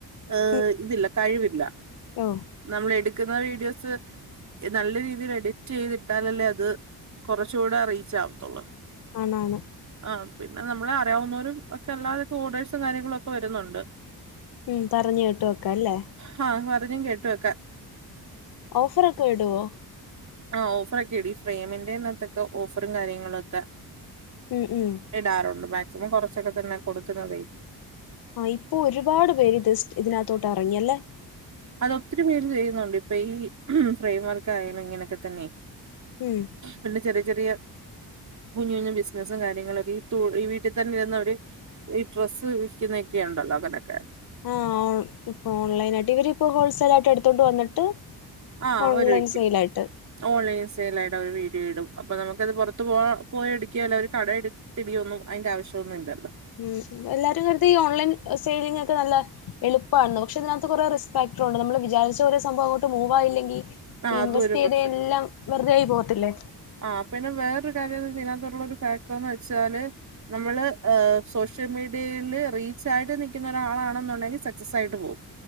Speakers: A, on the right; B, on the left.
A: ഏ
B: ഉം
A: ഇതില്ല കഴിവില്ല
B: ഓ
A: നമ്മൾ എടുക്കുന്ന വീഡിയോസ് നല്ല രീതിയിൽ എഡിറ്റ് ചെയ്തിട്ടാലല്ലേ അത് കുറച്ചുകൂടെ അറീച്ച് ആവത്തുള്ളൂ
B: ആണാണ്
A: ആഹ് പിന്നെ നമ്മളെ അറിയാവുന്നവരും ഒക്കെ അല്ലാതൊക്കെ ഓർഡേഴ്സും കാര്യങ്ങളും ഒക്കെ വരുന്നുണ്ട്
B: ഉം പറഞ്ഞു കേട്ട് വെക്ക അല്ലേ
A: ഹാ <unintelligible> കേട്ട് വെക്കാ.
B: ഓഫർ ഒക്കെ ഇടുവോ
A: ആഹ് ഓഫറൊക്കെ എടി ഫ്രേമിന്റെന്നത്തൊക്കെ ഓഫറും കാര്യങ്ങളും ഒക്കെ
B: ഉം ഉം
A: ഇടാറുണ്ട് മാക്സിമം കുറച്ചൊക്കെ തന്നെ കൊടുക്കുന്നതേ
B: ആഹ് ഇപ്പൊ ഒരുപാട് പേര് ഇത്സ്റ്റ് ഇതിനകത്തോട്ട് ഇറങ്ങിയല്ലേ
A: അതൊത്തിരി പേര് ചെയ്യുന്നുണ്ട് ഇപ്പൊ ഈ ഫ്രെയിം വർക്ക് ആയാലും ഇങ്ങനെയൊക്കെ തന്നെ
B: ഉം
A: പിന്നെ ചെറിയ ചെറിയ കുഞ്ഞു കുഞ്ഞു ബിസിനസ്സും കാര്യങ്ങളൊക്കെ ഈ ഈ വീട്ടിൽ തന്നെ ഇരുന്ന ഒരു ഈ ഡ്രസ്സ് വിക്കുന്നൊക്കെയ ഉണ്ടല്ലോ അങ്ങനൊക്കെ
B: ആഹ് ഓ ഇപ്പൊ ഓൺലൈൻ ആയിട്ട് ഇവര്പ്പോ ഹോൾസെൽ ആയിട്ട് എടുത്തോണ്ട് വന്നിട്ട്
A: ആഹ്
B: ഓൺലൈൻ
A: ഓര് വിക്കും
B: സെയിലായിട്ട്
A: ഓൺലൈൻ സെയിലായിട്ട് അവര് വീഡിയോ ഇടും അപ്പൊ നമുക്കത് പുറത്തത്ത് പോ പോയ എടുകേലാ ഒരു കടയെട് തിടിയൊന്നും അതിന്റെ ആവിശോന്നും ഇല്ലല്ലോ
B: ഉം എല്ലാരും ഇങ്ങനത്തെ ഈ ഓൺലൈൻ സെിയിലിംങ്ങോക്കെ നല്ല എളുപ്പാണെന്ന് പക്ഷേ ഇതിനകത്ത് കുറെ റിസ്ക് ഫാക്ടർ ഉണ്ട് നമ്മള് വിചാരിച്ച പോലെ സംഭവം അങ്ങോ മൂവായില്ലെങ്കി
A: ആഹ്
B: ഇൻവെസ്റ്റ്
A: അതും ഒരു
B: ചെയ്ത
A: പ്രശ്നം
B: എല്ലാം വെറുതെ ആയി പോകത്തില്ലേ
A: ആഹ് പിന്നെ വേറൊരു കാര്യം ഇതിനകത്തുള്ള ഒരു ഫാക്ടർന്ന് വെച്ചാല് നമ്മള് സോഷ്യൽ മീഡിയയില് റീച്ച് ആയിട്ട് നിക്കുന്ന ഒരാളാണെന്നുണ്ടെങ്കി സക് സസായിട്ട് പോവും